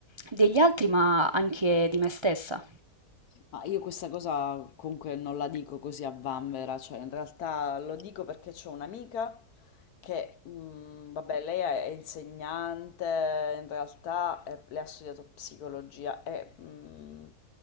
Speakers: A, on the right; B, on the left.
A: degli altri, ma anche di me stessa.
B: Ma io questa cosa comunque non la dico così a vanvera, cioè in realtà lo dico perché c'ho un'amica che, mm, vabbè, lei è è insegnante, in realtà eh, lei ha studiato psicologia e, mm,